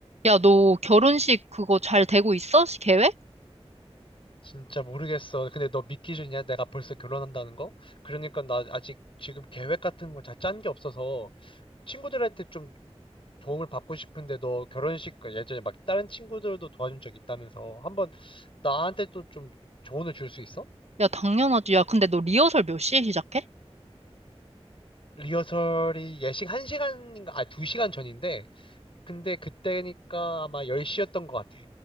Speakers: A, on the right (about 80°); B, on the left (about 55°).
A: 야, 너 결혼식 그거 잘 되고 있어? 계획?
B: 진짜 모르겠어. 근데 너 믿기 싫냐? 내가 벌써 결혼한다는 거? 그러니까 나 아직 지금 계획 같은 거 잘 짠 게 없어서 친구들한테 좀 도움을 받고 싶은데 너 결혼식 그 예전에 막 다른 친구들도 도와준 적 있다면서 한번 나한테 또 좀 조언을 줄 수 있어?
A: 야, 당연하지. 야, 근데 너 리허설 몇 시에 시작해?
B: 리허설이 예식 1시간인가? 아, 2시간 전인데 근데 그때니까 아마 10시였던 것 같아.